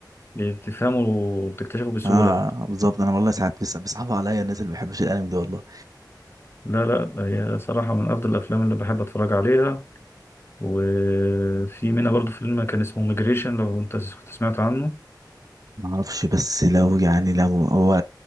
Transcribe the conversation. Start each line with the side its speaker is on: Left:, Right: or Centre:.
Left: بتفهمه وبتكتشفه بسهولة
Right: اه بالظبط انا والله ساعات بس بيصعب عليا الناس اللي ما بيحبش الانمي ده والله
Left: لا لا هي صراحة من افضل الافلام اللي بحب اتفرج عليها وفي منها برضو فيلم كان اسمه ميجريشن لو انت س- كنت سمعت عنه
Right: ما اعرفش بس لو يعني لو هو